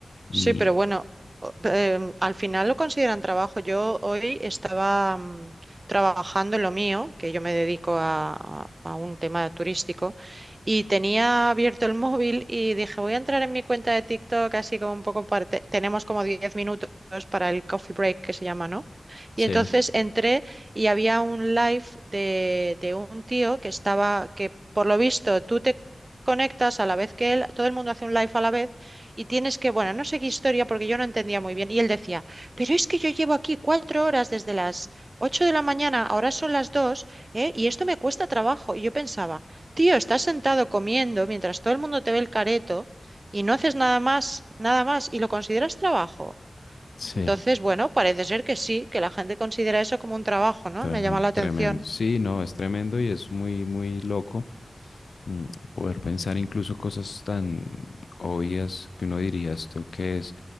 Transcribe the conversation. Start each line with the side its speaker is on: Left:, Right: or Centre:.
Left: y
Right: Sí, pero bueno, o- em, al final lo consideran trabajo. Yo hoy estaba mm, trabajando en lo mío, que yo me dedico a, a- a un tema turístico, y tenía abierto el móvil y dije, voy a entrar en mi cuenta de TikTok, así como un poco parte. Tenemos como 10 minutos para el coffee break que se llama, ¿no?
Left: sí,
Right: Y entonces entré y había un live de, de un tío que estaba, que por lo visto tú te conectas a la vez que él, todo el mundo hace un live a la vez y tienes que, bueno, no sé qué historia porque yo no entendía muy bien. Y él decía, pero es que yo llevo aquí cuatro horas desde las ocho de la mañana, ahora son las dos, ¿eh? y esto me cuesta trabajo. Y yo pensaba, tío, estás sentado comiendo mientras todo el mundo te ve el careto y no haces nada más, nada más, y lo consideras trabajo.
Left: sí,
Right: Entonces, bueno, parece ser que sí, que la gente considera eso como un trabajo, ¿no?
Left: tremendo,
Right: Me llama la atención.
Left: tremendo. Sí, no, es tremendo y es muy, muy loco mm, poder pensar incluso cosas tan obvias que uno diría esto que es